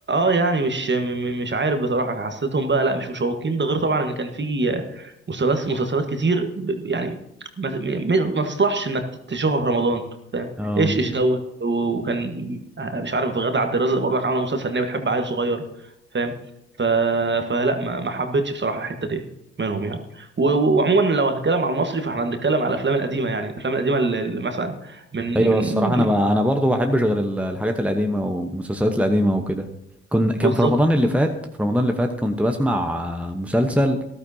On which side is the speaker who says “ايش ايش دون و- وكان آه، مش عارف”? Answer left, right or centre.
Right